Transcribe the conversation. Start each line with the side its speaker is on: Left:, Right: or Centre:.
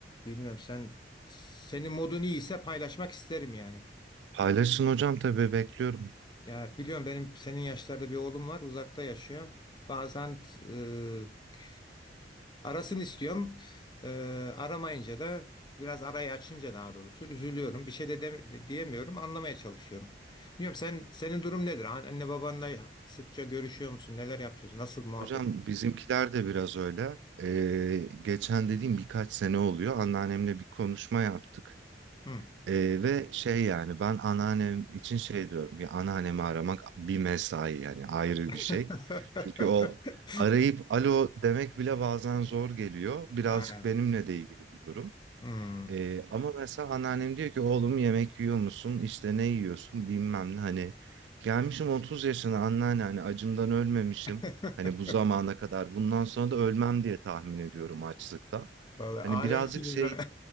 Left: Bilmiyorum sen, senin modun iyiyse paylaşmak isterim yani.
Right: Paylaşın hocam tabii bekliyorum.
Left: Ya biliyorum benim senin yaşlarda bir oğlum var, uzakta yaşıyor. Bazen e, Arasını istiyorum. Ee, aramayınca da biraz arayı açınca daha doğrusu üzülüyorum. Bir şey de, dem- de- diyemiyorum. Anlamaya çalışıyorum. Bilmiyorum sen senin durum nedir? An- Anne babanla sıkça görüşüyor musun? Neler yapıyorsun? Nasıl muhabbet?
Right: Hocam bizimkiler de biraz öyle. Ee, geçen dediğim birkaç sene oluyor. Anneannemle bir konuşma yaptık.
Left: Hı.
Right: Ee, ve şey yani ben anneannem için şey diyorum ya anneannemi aramak bir mesai yani ayrı bir
Left: <laughs>
Right: şey. Çünkü o arayıp alo demek bile bazen zor geliyor. Birazcık
Left: Ha,
Right: benimle de ilgili bir durum.
Left: hmm.
Right: Ee, ama mesela anneannem diyor ki oğlum yemek yiyor musun? İşte ne yiyorsun? Bilmem ne hani gelmişim 30 yaşına anneanne hani acımdan ölmemişim.
Left: <laughs>
Right: Hani bu zamana kadar bundan sonra da ölmem diye tahmin ediyorum açlıktan.
Left: Vallahi
Right: Hani
Left: alemsiniz
Right: birazcık şey
Left: ha.